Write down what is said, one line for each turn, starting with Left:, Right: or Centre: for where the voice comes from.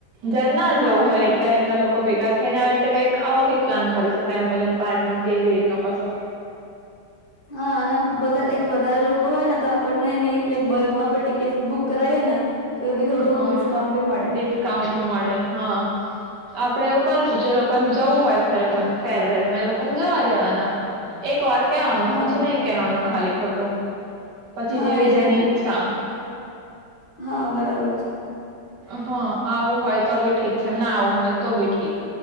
Right: જેને ના
Left: હા
Right: જવું હોય
Left: એ
Right: એટલા એટલા લોકો ભેગા થઈને આવી રીતે કઈક આવો કઈક પ્લાન કરીશું ટટેમ્પોલિયન પાર્ક નો કેવી રીતનો કશો.
Left: હા અને બધા લક વધારે લોકો હોય ને તો આપણને એની લક બલ્કમાં પણ ટિકિટ બુક કરાવએ ને તો એ બી થોડું
Right: હા
Left: ડિસ્કાઉન્ટ બી મળે
Right: ડિસ્કાઉન્ટ મળે હા. આપ આપડે એવું કરીશું જે લોકોને જવું હોય ફ ફેરવેલમાં એ લોકોને જોવા દેવાના એક વાર કેવાનું
Left: હા
Right: પછી નહી કેહેવાનું ખાલી ખટો પછી
Left: હા
Right: જેવી
Left: એજ
Right: જની
Left: ને
Right: ઈચ્છા. હો.
Left: હા બરાબર છે.
Right: હા આવું હોય તો બી ઠીક છે ના આવું હોય તો ઠીક